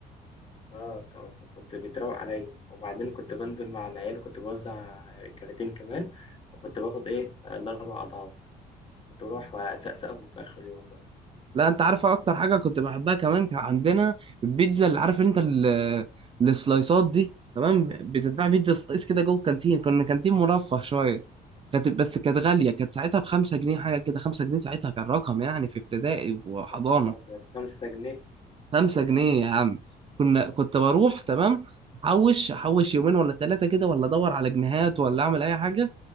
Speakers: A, on the left; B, on the right.
A: اه ك- كنت بيتراوق عليا وبعدين كنت بنزل مع العيال وكنت بوزع كراتين كمان فكنت باخد ايه آه، الاربع اضعاف كنت بروح واسقسقهم في اخر اليوم بقى
B: لا انت عارف اكتر حاجه كنت بحبها كمان كان عندنا البيتزا اللي عارف انت ال- السلايسات دي تمام بتتباع بيتزا سلايس كده جوه الكانتين كنا كانتين مرفه شويه كانت بس كانت غاليه كانت ساعتها بخمسة جنيه حاجه كده خمسة جنيه ساعتها كان رقم يعني في ابتدائي وحضانه
A: يا نهار ابيض 5 جنيه
B: خمسة
A: ايه
B: جنيه
A: يا عم
B: يا عم كنا كنت بروح تمام احوش احوش يومين ولا ثلاثه كده ولا ادور على جنيهات ولا اعمل اي حاجه